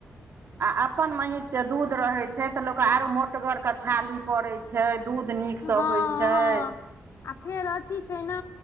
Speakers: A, on the right; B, on the left.
A: आ अपन महीस के दूध रहे छै ते लोक आरो मोटगर के छाली पड़ैत छै दूध नीकसँ
B: हँ हँ
A: होइत छै
B: आ फेर अथी छै ने